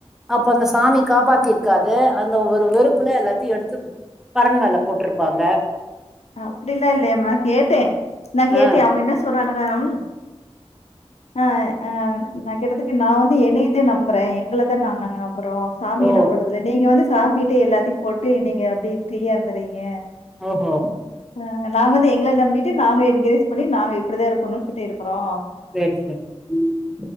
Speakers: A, in the centre; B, on the left.
A: அப்போ
B: ம்.
A: அந்த சாமி காப்பாத் பாத்தி இருக்காது அந்த ஒரு வெறுப்புல எல்லாத்தையு எடுத்து பரன் மேல போட்டிருப்பாங்க
B: அப்டில்லா இல்லையேமா நா கேட்டே நா கேட்டே
A: ஆ
B: அவுங்க என்ன சொல்றாங்கன்னா ம் ஆ ஆ நா கேட்டதுக்கு நா வந்து என்னையத்தா நம்புறே எங்களதா நா நாங்க நம்பு நம்பறோ சாமிய
A: ஓ
B: நம்புறதில்ல நீங்க வந்து சாமிட்ட எல்லாத்தையு போட்டு நீங்க அப்டி ஃப்ரீயா இருந்துட்றீங்க
A: ஒ ஹோ
B: ஆ நாங்க வந்து எங்கள நம்பிட்டு நாங்க என்கரேஜ் பண்ணி நாங்க இப்படிதா இருக்கணும்னு சொல்டு இருக்குறோம்
A: சேரி சேரி ம்